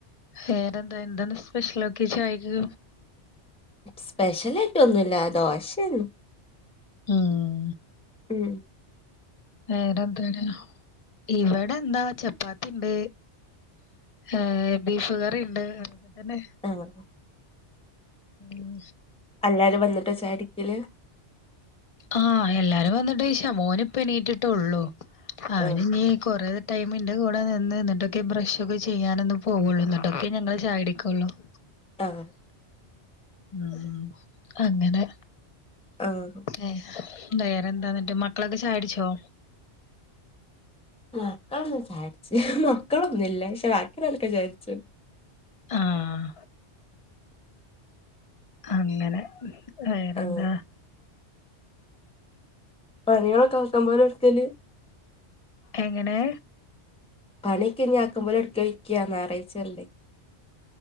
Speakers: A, on the left; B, in the centre.
A: വേറെന്താ എന്തന്ന് സ്പെഷ്യലൊക്കെ ചായക്ക്?
B: സ്പെഷ്യൽ ആയിട്ട് ഒന്നുല്ല ദോശ ണ്ട്
A: ഉം
B: മ്
A: വേറെന്താണ് ഇവടെ എന്താ ചപ്പാത്തിണ്ട് ഏഹ് ബീഫ് കറി ണ്ട് അങ്ങനെ
B: ആഹ്
A: ഉം
B: അല്ലാരും വന്നിട്ട ചായ കുടിക്കല്?
A: ആഹ് എല്ലാരും വന്നിട്ട് ശേഷമോൻ ഇപ്പ എണീറ്റിട്ടള്ളു. അവന്
B: ആഹ്
A: ഇനി കൊറേ ടൈം ന്റെ കൂടെ നിന്ന് എന്നിട്ടൊക്കെ ബ്രഷ് ഒക്കെ ചെയ്യാന ഒന്ന് പോവുള്ളൂ. എന്നിട്ടൊക്കെ ഞങ്ങൾ ചായ കുടിക്കുള്ളു. <inaudible>
B: ആഹ.
A: ഉം അങ്ങനെ
B: ആഹ്
A: ഏഹ്, വേറെന്താന്നിട്ട് മക്കളൊക്കെ ചായ ടിച്ചോ
B: മക്കളൊന്നും ചായടിച്ച് മക്കളൊന്നുംല്ല പക്ഷെ ബാക്കി ഉള്ളോലൊക്കെ ചായടിച്ചു
A: ആഹ് അങ്ങനെ വേറെന്താ
B: ആഹ് പണികളൊക്കെ ആകാംപോലെ എടുക്കല്
A: എങ്ങനെ
B: പണിയൊക്കെ ആക്കമ്പോലെ എടുക്ക <unintelligible> ഞാറാഴച്ചല്ലേ